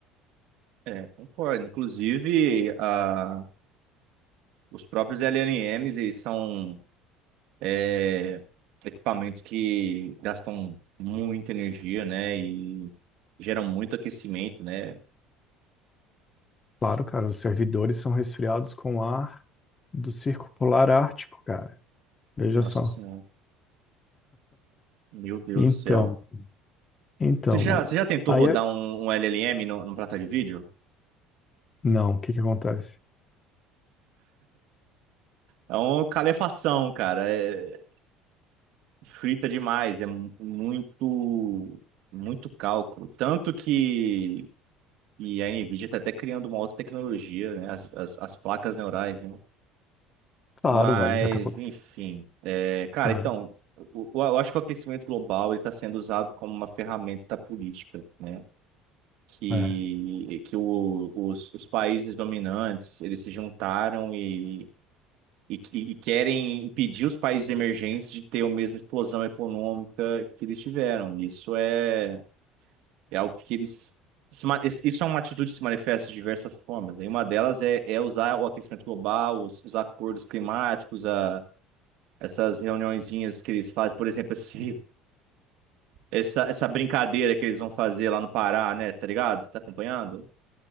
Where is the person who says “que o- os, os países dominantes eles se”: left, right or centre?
Right